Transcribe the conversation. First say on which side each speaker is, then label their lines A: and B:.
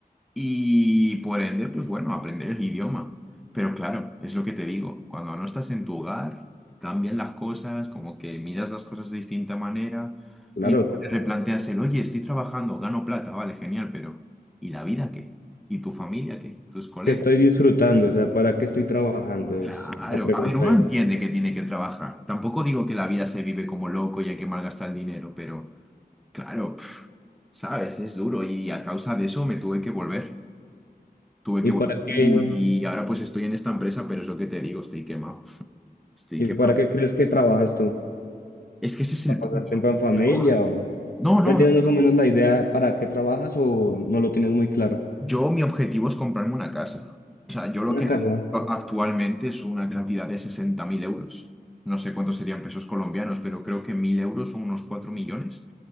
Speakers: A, in the centre; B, on the left.
A: y por ende, pues bueno, aprender el idioma. Pero claro, es lo que te digo, cuando no estás en tu hogar, cambian las cosas, como que miras las cosas de distinta manera
B: Claro,
A: y luego te replanteas el, oye, estoy trabajando, gano plata, vale, genial, pero ¿y la vida qué? ¿Y tu familia qué? ¿Tus colegas?
B: que estoy disfrutando, o sea, ¿para qué estoy trabajando?
A: Claro,
B: Es la pregunta
A: a ver, uno
B: ahí.
A: entiende que tiene que trabajar. Tampoco digo que la vida se vive como loco y hay que malgastar el dinero, pero claro, pf, sabes, es duro y a causa de eso me tuve que volver. tuve
B: ¿Y
A: que volver
B: para qué,
A: y, ahora pues estoy en esta empresa, pero es lo que te digo, estoy quemado. <laughs> Estoy
B: y
A: quemado.
B: para qué crees que trabajas tú?
A: Es que ese es el
B: ¿Para pasar
A: punto.
B: tiempo en familia
A: Yo-
B: o
A: no, no,
B: ya tienes
A: no.
B: más o menos la idea para qué trabajas o no lo tienes muy claro?
A: Yo mi objetivo es comprarme una casa. O sea, yo lo
B: Una
A: que necesito
B: casa.
A: actualmente es una cantidad de 60.000 euros. No sé cuántos serían pesos colombianos, pero creo que 1.000 euros son unos cuatro millones.